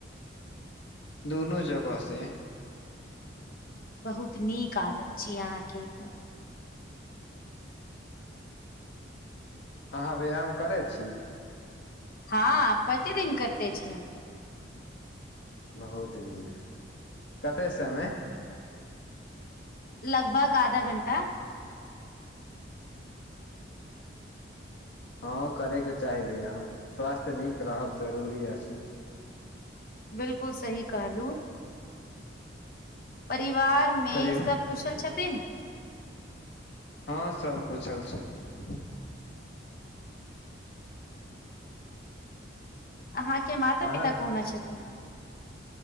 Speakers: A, on the left; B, on the left.
A: दुनू जगहसँ।
B: बहुत नीक आदत छीयै अहाँके ई तऽ।
A: अहाँ व्यायाम करै छी?
B: हँ, प्रतिदिन करतै छीय हम त।
A: बहुत नीक, कतय समय?
B: लगभग आधा घंटा।
A: हँ करैके चाही व्यायाम, स्वास्थ्य नीक रहब जरूरी अछि।
B: बिलकुल सही कहू। परिवार मे
A: परि
B: सब कुशल छथिन?
A: हँ सबकुशल छथिन।
B: अहाँके माता-
A: अहाँ
B: पिता कोना छथिन?